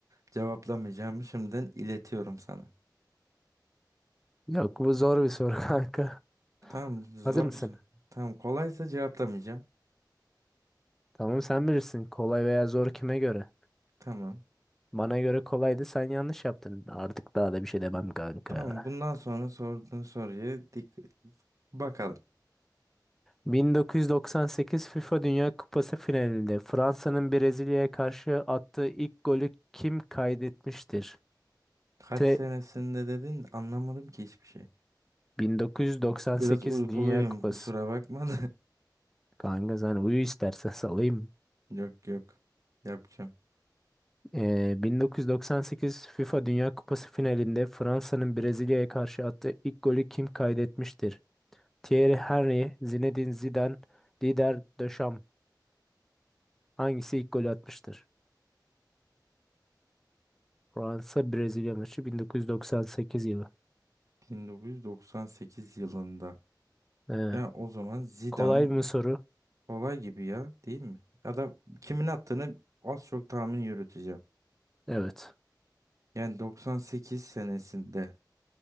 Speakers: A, on the right; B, in the centre.
A: cevaplamayacağımı şimdiden iletiyorum sana.
B: Yok bu zor bir soru <laughs> kanka.
A: Tamam zor.
B: Hazır mısın?
A: Tamam. Tamam kolaysa cevaplamayacağım.
B: Tamam sen bilirsin. Kolay veya zor kime göre?
A: Tamam.
B: Bana göre kolaydı sen yanlış yaptın. Artık daha da bir şey demem kanka.
A: Tamam bundan sonra sorduğun soruyu dik bakalım.
B: 1998 FIFA Dünya Kupası finalinde Fransa'nın Brezilya'ya karşı attığı ilk golü kim kaydetmiştir?
A: Kaç
B: T
A: senesinde dedin anlamadım ki hiçbir şey.
B: 1998
A: Yok, Biraz uykuluyum
B: Dünya Kupası.
A: kusura bakma da. <laughs>
B: Kanka sen uyu istersen <laughs> salayım.
A: Yok yok. Yapacağım.
B: Ee, 1998 FIFA Dünya Kupası finalinde Fransa'nın Brezilya'ya karşı attığı ilk golü kim kaydetmiştir? Thierry Henry, Zinedine Zidane, Didier Deschamps. Hangisi ilk golü atmıştır? Fransa Brezilya maçı 1998 yılı.
A: 1998 yılında.
B: Ee,
A: Ya o zaman Zidane
B: kolay mı soru?
A: kolay gibi ya değil mi? Ya da kimin attığını az çok tahmin yürüteceğim.
B: Evet.
A: Yani 98 senesinde